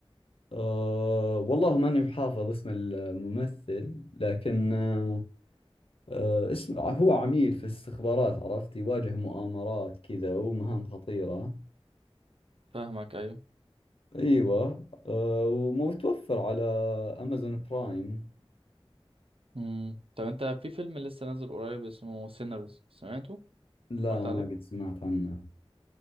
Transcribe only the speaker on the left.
أه والله ماني بحافظ اسم الممثل لكن أه آه، اسم هو عميل في الاستخبارات عرفت يواجه مؤامرات كذا ومهام خطيرة
ايوه أه ومتوفر على امازون برايم
لا
ما قد سمعت عنه